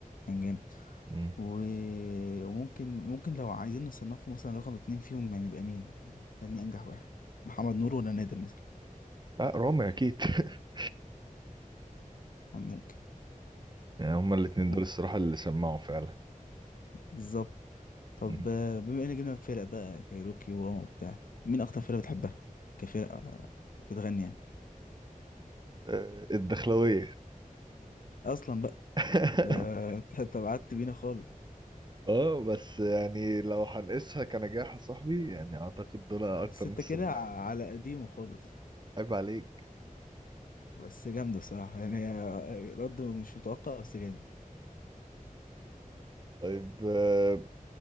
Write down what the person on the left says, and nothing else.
كان جامد
و... وممكن ممكن لو عايزين نصنفه مثلا رقم اتنين فيهم يعني يبقى مين تاني أنجح واحد محمد نور ولا نادر مثلا
آه، ممكن
ممكن.
بالظبط طب
آه، بما إن جبنا الفرق بقى كايروكي وواما وبتاع مين أكتر فرقة بتحبها كفرقة آه، بتغني يعني
أصلا بقى
ده <laughs> كانت بعدت بينا خالص
الستة
كده على قديمه خالص
بس جامدة بصراحة يعني آه، رد مش متوقع بس جامد